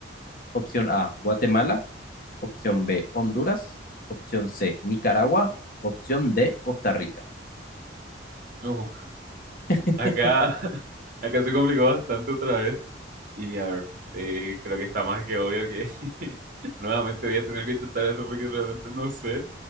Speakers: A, on the left; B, on the right.
A: Opción A, Guatemala. Opción B, Honduras. Opción C, Nicaragua. Opción D, Costa Rica.
B: Uh,
A: <laughs>
B: acá, <laughs> acá se complicó bastante otra vez. Y a ver, eh, creo que está más que obvio que... <laughs> Nuevamente voy a tener que chutar eso porque realmente no sé.